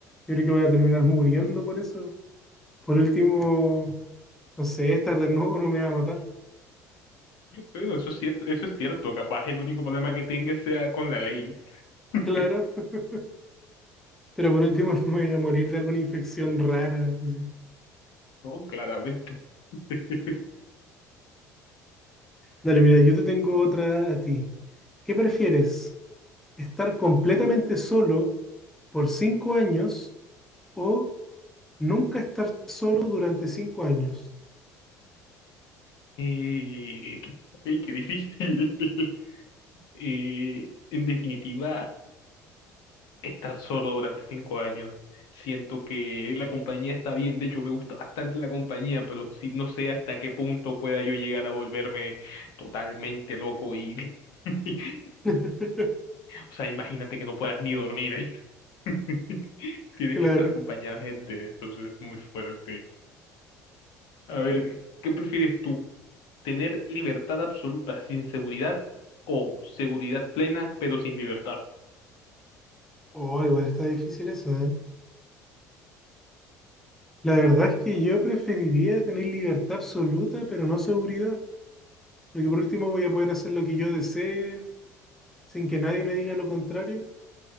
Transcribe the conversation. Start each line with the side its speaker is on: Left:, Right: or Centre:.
Centre: yo creo que voy a terminar muriendo por eso. Por último, no sé, estar desnudo no me va a matar,
Left: Bueno, eso es cierto, eso es cierto, capaz el único problema que tenga sea con la ley, <laughs>
Centre: claro, <laughs> pero por último <laughs> no me voy a morir de alguna infección rara. así.
Left: ¿no? Claramente. <laughs>
Centre: Dale, mira, yo te tengo otra a ti. ¿Qué prefieres? ¿Estar completamente solo por cinco años o nunca estar solo durante cinco años?
Left: Eh, qué qué difícil. <laughs> Eh, en definitiva, estar solo durante cinco años. Siento que la compañía está bien, de hecho me gusta bastante la compañía, pero sí, no sé hasta qué punto pueda yo llegar a volverme totalmente loco y... <laughs>
Centre: <laughs>
Left: O sea, imagínate que no puedas ni dormir, ¿eh? <laughs> Tienes
Centre: Claro.
Left: que estar acompañado de gente, entonces es muy fuerte. A ver, ¿qué prefieres tú? ¿Tener libertad absoluta sin seguridad o seguridad plena pero sin libertad?
Centre: Oh, igual está difícil eso, La verdad es que yo preferiría tener libertad absoluta, pero no seguridad, porque por último voy a poder hacer lo que yo desee sin que nadie me diga lo contrario.